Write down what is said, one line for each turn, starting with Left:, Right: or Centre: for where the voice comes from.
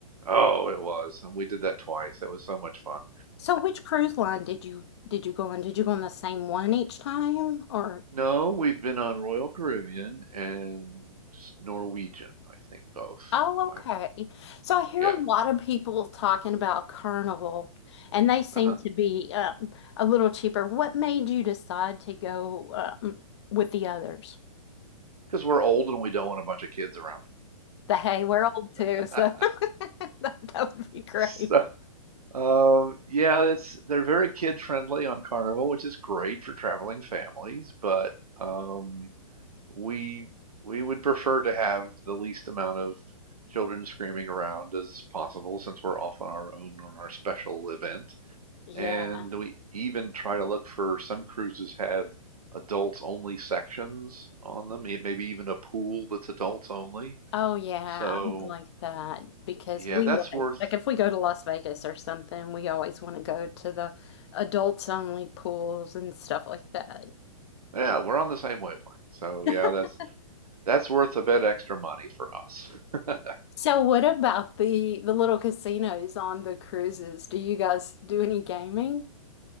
Right: oh, it was, and we did that twice. That was so much fun.
Left: So which cruise line did you did you go on? Did you go on the same one each time or
Right: No, we've been on Royal Caribbean and just Norwegian, I think both.
Left: Oh,
Right: i
Left: okay. So I hear
Right: yeah,
Left: a lot of people talking about Carnival, and they seem
Right: uh-huh.
Left: to be um, a little cheaper. What made you decide to go um, with the others?
Right: Because we're old and we don't want a bunch of kids around.
Left: The hey, we're old too,
Right: <laughs>
Left: so <laughs> that, that would be great.
Right: So Um, yeah, it's they're very kid friendly on Carnival, which is great for traveling families, but um, we we would prefer to have the least amount of children screaming around as possible since we're off on our own on our special event.
Left: Yeah.
Right: And we even try to look for some cruises have adults only sections on them, e- maybe even a pool that's adults only.
Left: Oh yeah,
Right: So,
Left: I'm like that because
Right: yeah,
Left: we
Right: that's
Left: like
Right: worth,
Left: like if we go to Las Vegas or something, we always want to go to the adults only pools and stuff like that.
Right: yeah, we're on the same wavelength. So,
Left: <laughs>
Right: yeah, that's That's worth a bit extra money for us. <laughs>
Left: So what about the the little casinos on the cruises? Do you guys do any gaming?